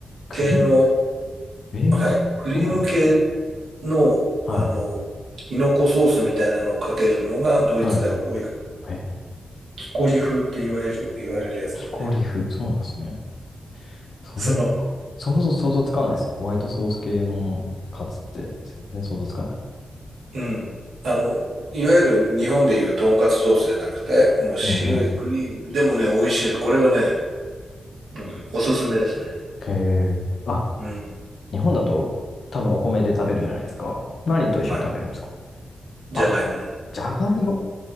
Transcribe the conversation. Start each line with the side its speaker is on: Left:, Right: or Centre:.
Left: 栗
Right: 系の、
Left: えー、
Right: はい、クリーム系
Left: そうなの
Right: の、
Left: はい。
Right: あの、キノコソースみたいなのをかけるのが、ドイツでは多い。
Left: はい。え、
Right: キコリ風って言われる、言われるやつですね。
Left: 木こり風。そうなんですね。それはなんか、
Right: そう。
Left: 想像、想像つかないです。ホワイトソース系のカツって全然想像つかない。
Right: うん。あの、いわゆる日本でいうとんかつソースじゃなくて、もう白いクリーム。
Left: うんうんうん。
Right: でもね、美味しい。これがね、うん、おすすめですね。
Left: へえ。あ、
Right: うん。
Left: 日本だと多分お米で食べるじゃないですか。何と一緒に食べるんですか
Right: はい。じゃがいもです。
Left: パン。じゃがいも